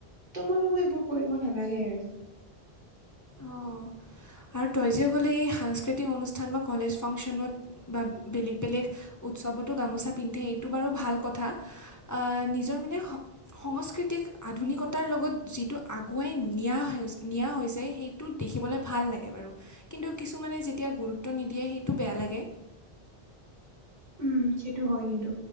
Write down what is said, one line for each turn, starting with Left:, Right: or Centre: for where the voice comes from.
Right: ত' মই ভাবো এইবোৰ কৰিব নালাগে আৰু।
Left: অঁ আৰু তই যে কলি এই সাংস্কৃতিক অনুষ্ঠান বা কলেজ ফাংচনত বা বেলেগ - বেলেগ। উৎসৱতো গামোচা পিন্ধে এইটো বাৰু ভাল কথা, আ নিজৰ মানে। সংস্কৃতিক আধুনিকতাৰ লগত যিটো আগুৱাই নিয়া হৈছে, নিয়া হৈছে সেই। তো দেখিবলৈ ভাল লাগে বাৰু কিন্তু কিছুমানে যেতিয়া গুৰুত্ব নিদিয়ে সেইটো বেয়া লাগে।
Right: উমঁ সেইটো হয় কিন্তু।